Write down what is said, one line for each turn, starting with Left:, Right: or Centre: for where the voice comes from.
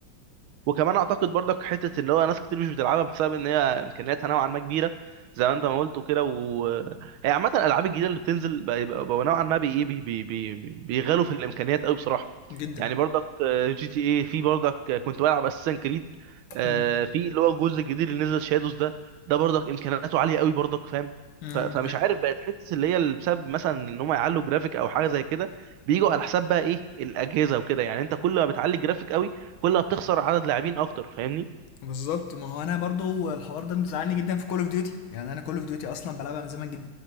Right: وكمان اعتقد برضك حته اللي هو ناس كتير مش بتلعبها بسبب ان هي امكانياتها نوعا ما كبيره زي ما انت ما قلت وكده و هي عامه الالعاب الجديده اللي بتنزل بقى بقى- بقوا نوعا ما بي إيه، بي بي بي بيغالوا في الامكانيات قوي بصراحه
Left: جدا
Right: يعني برضك جي تي اي في برضك آه، كنت بلعب اساسن كريد آه،
Left: مم.
Right: في اللي هو الجزء الجديد اللي نزل شادوز ده ده برضك امكانياته عاليه قوي برضك فاهم
Left: مم.
Right: ف- فمش عارف بقت حته اللي هي اللي بسبب مثلا ان هم يعلوا جرافيك او حاجه زي كده بيجوا على حساب بقى ايه الاجهزه وكده يعني انت كل ما بتعلي الجرافيك قوي كل ما بتخسر عدد لاعبين اكتر فاهمني
Left: بالظبط ما هو انا برضو الحوار ده مزعلني جدا في كول اوف ديوتي يعني انا كول اوف ديوتي اصلا بلعبها من زمان جدا